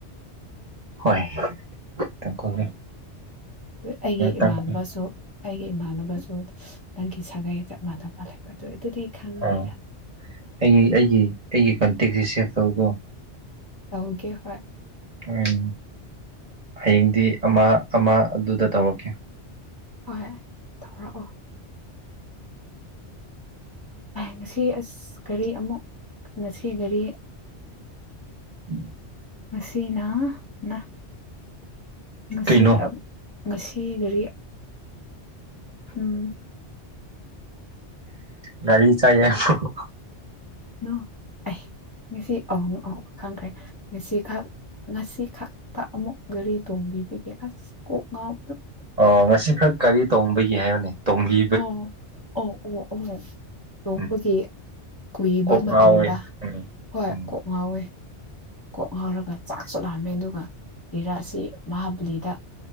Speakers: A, on the right (about 40°); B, on the left (about 25°).
A: <unintelligible>
B: ꯑꯗꯨ ꯑꯩꯒꯤ
A: ꯇꯥꯡꯈꯨꯜ
B: ꯏꯃꯥꯟꯅꯕꯁꯨ ꯑꯩꯒꯤ ꯏꯃꯥꯟꯅꯕꯁꯨ ꯅꯪꯒꯤ ꯁꯥꯒꯩ ꯆꯞ ꯃꯥꯟꯅꯕ ꯂꯩꯕ ꯑꯗꯨ ꯑꯗꯨꯗꯤ ꯈꯪꯉꯅꯤꯅ
A: ꯑꯥ ꯑꯩꯒꯤ ꯑꯩꯒꯤ ꯑꯩꯒꯤ ꯀꯣꯟꯇꯦꯛꯁꯤ ꯁꯦꯚ ꯇꯧꯔꯀꯣ
B: ꯇꯧꯒꯦ ꯍꯣꯢ
A: ꯎꯝ ꯍꯌꯦꯡꯗꯤ ꯑꯃ ꯑꯃ ꯑꯗꯨꯗ ꯇꯧꯔꯛꯀꯦ
B: ꯍꯣꯏ ꯇꯧꯔꯛꯑꯣ ꯉꯁꯤ ꯑꯁ ꯀꯔꯤ ꯑꯃꯨꯛ ꯉꯁꯤ ꯒꯥꯔꯤ
A: <unintelligible>
B: ꯉꯁꯤꯅ ꯅ ꯉꯁꯤ
A: ꯀꯩꯅꯣ
B: ꯉꯁꯤ ꯒꯥꯔꯤ ꯎꯝ
A: ꯒꯥꯔꯤ ꯆꯥꯏꯌꯦ ꯍꯥꯏꯕꯣ
B: ꯅꯣ ꯑꯩ ꯉꯦꯁꯤ ꯑꯣ ꯑꯣ ꯈꯪꯈ꯭ꯔꯦ ꯉꯦꯁꯤꯈꯛ ꯉꯁꯤ ꯈꯛꯇ ꯑꯃꯨꯛ ꯒꯥꯔꯤ ꯇꯣꯡꯕꯤꯕꯒꯤ ꯑꯁ ꯀꯣꯛ ꯉꯥꯎ
A: ꯑꯣ ꯉꯁꯤ ꯈꯛ ꯒꯔꯤ ꯇꯣꯡꯕꯒꯤ ꯍꯥꯏꯌꯣꯅꯦ ꯇꯣꯡꯕꯤ
B: ꯑꯣ ꯑꯣ ꯑꯣ ꯑꯣ ꯇꯣꯡꯕꯒꯤ
A: ꯎꯝ
B: ꯀꯨꯏꯕ
A: ꯀꯣꯛ
B: ꯃꯇꯨꯡꯗ
A: ꯉꯥꯎꯋꯦ
B: ꯍꯣꯏ
A: ꯎꯝ
B: ꯀꯣꯛ ꯉꯥꯎꯋꯦ ꯀꯣꯛ ꯉꯥꯎꯔꯒ ꯆꯥꯛ ꯁꯨ ꯂꯥꯝꯃꯦ ꯑꯗꯨꯒ ꯀꯔꯤꯔ ꯑꯁꯤ ꯃꯍꯥꯕꯂꯤꯗ